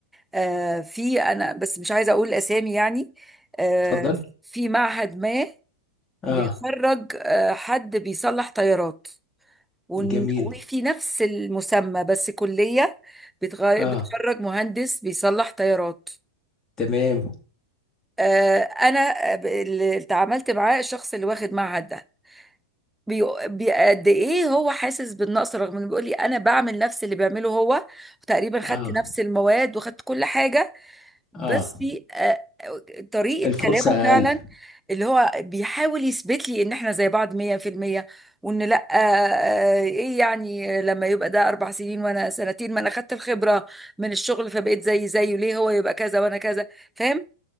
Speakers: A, in the centre; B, on the left.
A: آه، في انا بس مش عايزه اقول اسامي يعني آه،
B: اتفضلي
A: في معهد ما
B: اه
A: بيخرج آه، حد بيصلح طيارات ون-
B: جميل
A: وفي نفس المسمى بس كليه بتغ-
B: اه
A: بتخرج مهندس بيصلح طيارات
B: تمام
A: آه، انا ب- اللي اتعاملت معاه الشخص اللي واخد معهد ده بي- بي- قد ايه هو حاسس بالنقص رغم انه بيقول لي انا بعمل نفس اللي بيعمله هو وتقريبا خدت
B: اه
A: نفس المواد وخدت كل حاجه بس
B: اه
A: في آه، طريقة
B: الفرصة
A: كلامه فعلا
B: اقل
A: اللي هو بيحاول يثبت لي ان احنا زي بعض 100% وان لا آه، آه، ايه يعني لما يبقى ده اربع سنين وانا سنتين ما انا خدت الخبرة من الشغل فبقيت زي زيه ليه هو يبقى كذا وانا كذا فاهم